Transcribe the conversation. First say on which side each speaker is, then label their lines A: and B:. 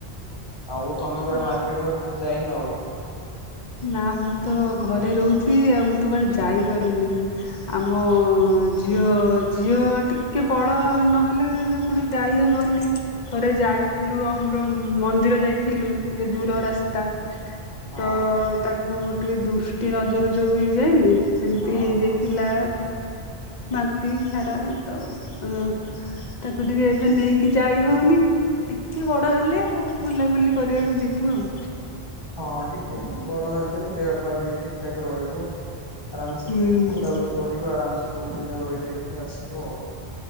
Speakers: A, on the left; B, on the left.
A: ଆଉ ତମେ କୁଆଡେ
B: ଆ
A: ମାର୍କେଟ ଫାର୍କେଟ ଯାଇନ ଆଉ?
B: ନା ମୁଁ ତ ଘରେ ରହୁଚି ଆଉ ମୁଁ ତ କୁଆଡେ
A: ହଁ
B: ଯାଇ ପାରୁନି। ଆମ
A: ହଁ
B: ଛ ଝିଅ ଝିଅ ଟିକେ ବଡ ନହେଲେ କୋଉଠିକୁ ଯାଇହବନି ଥରେ ଯାଇ ଥିଲୁ ଆମର ମନ୍ଦିର ଯାଇଥିଲୁ ଟିକେ
A: ହଁ
B: ଦୂର ରାସ୍ତା
A: ହଁ
B: ତ ତାକୁ ଟିକେ ଦୃଷ୍ଟି ନଜର ଯୋଉ ହେଇଯାଏନି ସେମିତି
A: ହଁ
B: ହେଇଯାଇଥିଲା।
A: ହଁ ସେମିତି ସବୁ ହେଇଛି
B: ବାନ୍ତି ଝାଡା ତ
A: ହୁଁ
B: ଅଁ
A: ହୁଁ ହୁଁ
B: ତାକୁ ଟିକେ ଏବେ ନେଇକି ଯାଇ ହଉନି ଟିକେ ବଡ
A: ହୁଁ।
B: ହେଲେ ବୁଲାବୁଲି କରିବାକୁ ଯିବୁ ଆଉ।
A: ହଁ ଟିକେ ବଡ ହେଲେ ବି ଦେହ ପା ବି ଠିକ ଠାକ ରହିବ। ଆରାମସେ
B: ହୁଁ
A: ବୁଲାବୁଲି କରିବ ଆରାମସେ କୋଉଠି ଯାଇଁ ରହି ରହିକି ଆସିବ ଆଉ।